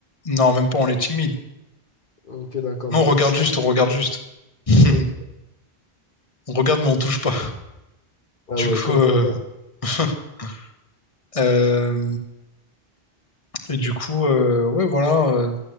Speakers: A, on the left (about 35°); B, on the left (about 55°).
A: Non, même pas, on est timide.
B: Ok, d'accord,
A: Non,
B: donc
A: on regarde
B: juste...
A: juste, on regarde juste. <laughs>
B: Ok.
A: On regarde, mais on touche pas.
B: Ah
A: Du
B: ouais,
A: coup,
B: comme
A: euh,
B: dans les mecs.
A: <laughs> euh, et du coup, euh, ouais, voilà. euh,